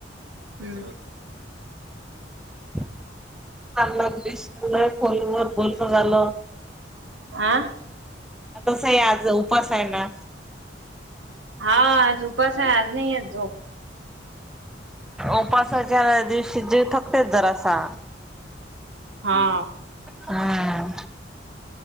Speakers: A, on the right; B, in the centre.
A: हम्म
B: चांग <unintelligible> लागलीस तूला फोन वर बोलण झाल.
A: आं
B: तसही आज उपास आहे ना?
A: हां आज उपास आहे आज नाही येत झोप.
B: उपासाच्या दिवशी जीव थकतेच जरासा.
A: हां
B: हां